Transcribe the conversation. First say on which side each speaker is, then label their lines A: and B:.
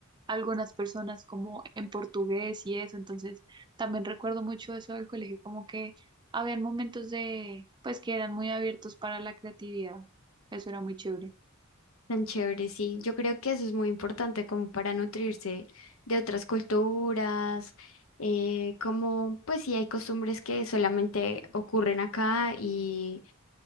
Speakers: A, on the right; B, on the left.
A: algunas personas como en portugués y eso, entonces también recuerdo mucho eso del colegio, como que habían momentos de, pues que eran muy abiertos para la creatividad, eso era muy chévere.
B: Tan chévere, sí. Yo creo que eso es muy importante como para nutrirse de otras culturas, eh, como pues sí hay costumbres que solamente ocurren acá y,